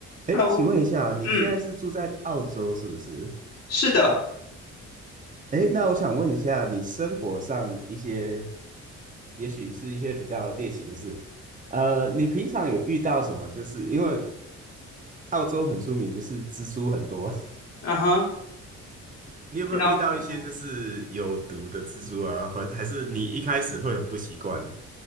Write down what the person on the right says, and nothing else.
哎，
请问一下，你现在是住在澳洲是不是？
哎，那我想问一下，你生活上一些，也许是一些比较猎奇的事，呃，你平常有遇到什么？就是因为澳洲很出名，就是蜘蛛很多，
<laughs> 你有没有遇到一些就是有毒的蜘蛛啊？
还还是你一开始会很不习惯，